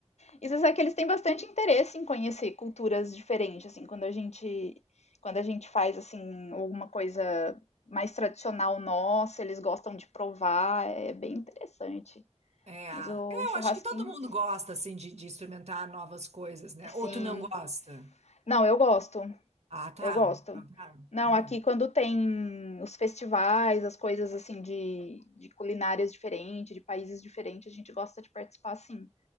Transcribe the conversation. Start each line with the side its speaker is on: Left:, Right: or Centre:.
Left: E você sabe que eles têm bastante interesse em conhecer culturas diferentes, assim, quando a gente, quando a gente faz, assim, alguma coisa mais tradicional nossa, eles gostam de provar, é bem interessante.
Right: É, é,
Left: Mas o churrasquinho,
Right: eu acho que todo mundo gosta, assim, de, de experimentar novas coisas, né?
Left: assim.
Right: Ou tu não gosta?
Left: Não, eu gosto.
Right: Ah, tá.
Left: Eu gosto.
Right: Então tá.
Left: Não,
Right: Não.
Left: aqui quando tem os festivais, as coisas assim de, de culinárias diferentes, de países diferentes, a gente gosta de participar sim.